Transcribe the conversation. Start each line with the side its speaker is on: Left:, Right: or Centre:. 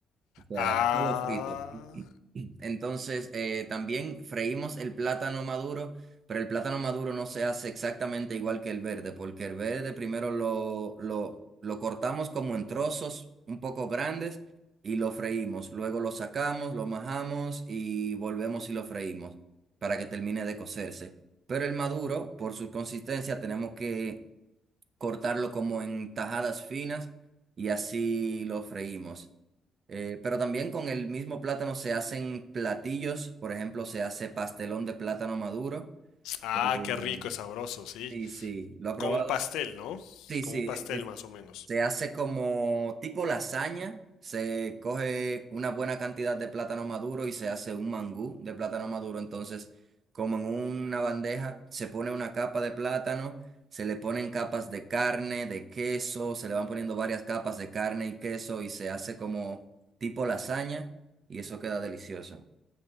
Right: O sea,
Left: Ah.
Right: solo frito. Entonces, eh, también freímos el plátano maduro, pero el plátano maduro no se hace exactamente igual que el verde, porque el verde primero lo, lo, lo cortamos como en trozos un poco grandes y lo freímos. Luego lo sacamos, lo majamos y volvemos y lo freímos para que termine de cocerse. Pero el maduro, por su consistencia, tenemos que cortarlo como en tajadas finas y así lo freímos. Eh, pero también con el mismo plátano se hacen platillos, por ejemplo, se hace pastelón de plátano maduro.
Left: Ah,
Right: Eh,
Left: qué rico, sabroso, sí.
Right: sí, sí, ¿lo ha probado?
Left: Como un pastel, ¿no?
Right: Sí,
Left: Como
Right: sí,
Left: un pastel más o menos.
Right: se hace como tipo lasaña, se coge una buena cantidad de plátano maduro y se hace un mangú de plátano maduro. Entonces, como en una bandeja, se pone una capa de plátano, se le ponen capas de carne, de queso, se le van poniendo varias capas de carne y queso y se hace como tipo lasaña y eso queda delicioso.